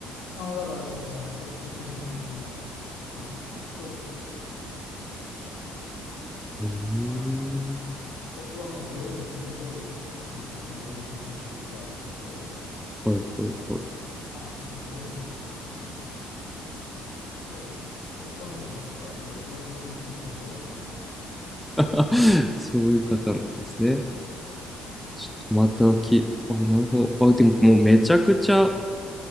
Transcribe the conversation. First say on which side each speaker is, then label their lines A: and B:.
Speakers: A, on the left; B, in the centre.
A: あの、だからそのトップ20にも、もうしょっちゅうしたり。
B: えー、
A: はい曲はもうどれもすごいいいですね。オリジナリティがあって、
B: はいはいはい。
A: もう歌もすごいうまいですし、ええもう彼女の歌はどれ、どれ聴いても外れがない
B: <laughs> そういう方なんですね。ちょっとまたき、
A: デュアリテ
B: あ、なるほど。あ、でももうめちゃくちゃ、